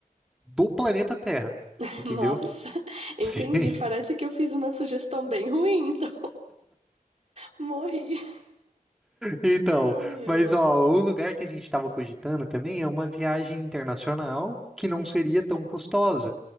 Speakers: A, in the centre; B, on the right.
A: do planeta Terra,
B: <laughs>
A: entendeu?
B: nossa, <laughs> entendi.
A: Sim. <laughs>
B: Parece que eu fiz uma sugestão bem ruim, então <laughs> morri.
A: Então,
B: Ai,
A: mas
B: ai.
A: ó, o lugar que a gente estava cogitando também é uma viagem internacional que não seria tão custosa.